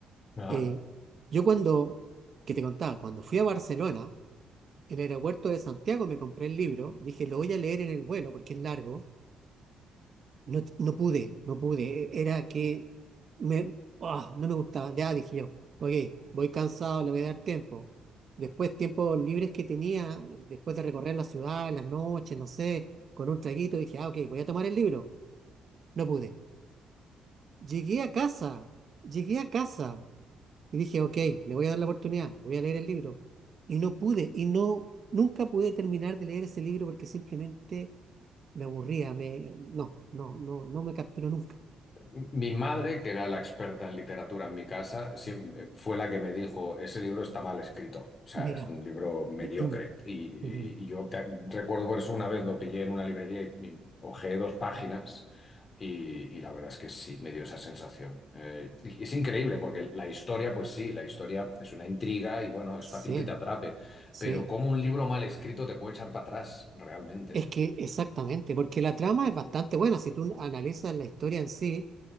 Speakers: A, on the left; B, on the right.
A: Ajá.
B: Eh, yo cuando, que te contaba, cuando fui a Barcelona, en el aeropuerto de Santiago me compré el libro, dije, lo voy a leer en el vuelo porque es largo, no, t- no pude, no pude, e- era que me, ah, no me gustaba, ya dije yo, ok, voy cansado, le voy a dar tiempo. Después, tiempos libres que tenía, después de recorrer la ciudad, en las noches, no sé, con un traguito, dije, ah, ok, voy a tomar el libro, no pude. Llegué a casa, llegué a casa y dije, ok, le voy a dar la oportunidad, voy a leer el libro. Y no pude, y no, nunca pude terminar de leer ese libro porque simplemente me aburría, me, no, no, no, no me capturó nunca.
A: Mi madre, que era la experta en literatura en mi casa, siem- fue la que me dijo, ese libro está mal escrito, o sea,
B: Mira,
A: es un libro mediocre.
B: <clears throat>
A: Y, y-
B: ujú,
A: y yo te- recuerdo por eso una vez lo pillé en una librería y, y hojeé dos páginas y, y la verdad es que sí, me dio esa sensación. Eh, y es increíble porque la historia, pues sí, la historia es una intriga y bueno, es
B: sí,
A: fácil que te atrape,
B: sí,
A: pero cómo un libro mal escrito te puede echar para atrás, realmente,
B: es
A: ¿eh?
B: que exactamente, porque la trama es bastante buena, si tú analizas la historia en sí,